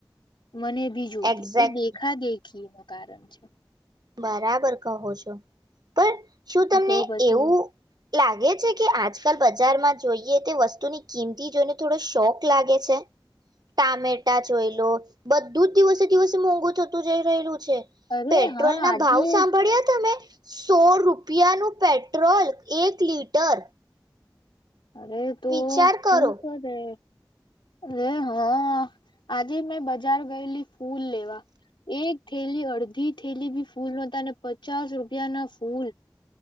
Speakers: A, on the left; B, on the right.
A: મને બી જોય,
B: એક્ઝેક્ટલી
A: એ દેખા દેખી ખી નું કારણ છે
B: બરાબર કહો છો, પણ શું, તમને
A: તો પછી
B: એવું લાગે છે, કે આજકાલ બજારમાં જોઈએ તે વસ્તુની કિંમતી જોઈને થોડો શોક લાગે છે, ટામેટા જોઈ લો બધું જ દિવસે દિવસે મોંઘુ થતું જઈ રહેલું છે,
A: અરે
B: પે
A: હા
B: એ ના
A: આજે
B: ભાવ
A: જ
B: સાંભળ્યા તા મે સો રૂપિયાનું પેટ્રોલ એક લીટર
A: અરે તો
B: વિચાર
A: શું
B: કરો
A: કરે અરે હા આજે મેં બજાર ગયેલી, ફૂલ લેવા, એક થેલી, અડધી થેલી બી ફૂલ નતા અને પચાસ રૂપિયા ના ફૂલ